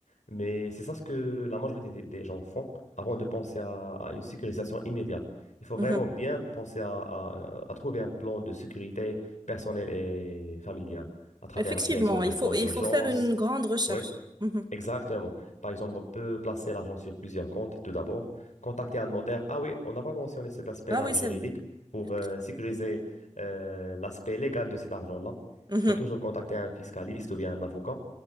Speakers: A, on the left (about 70°); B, on the right (about 35°).
A: Mais c'est ça ce que la majorité des des gens font avant de penser à, à une sécurisation immédiate. Il faut
B: mhm.
A: vraiment bien penser à, à- à trouver un plan de sécurité personnelle et familiale à travers
B: Effectivement,
A: la création de
B: il
A: fonds
B: faut, il
A: d'urgence.
B: faut faire une grande recherche.
A: Oui.
B: Mhm.
A: Exactement. Par exemple, on peut placer l'argent sur plusieurs comptes, tout d'abord. Contacter un notaire. Ah oui, on n'a pas mentionné cet aspect-là
B: Ah oui,
A: juridique
B: c'est vrai.
A: pour
B: Effectivement.
A: euh, sécuriser euh, l'aspect légal de cet argent-là.
B: Mhm,
A: Il faut toujours contacter un fiscaliste ou bien un avocat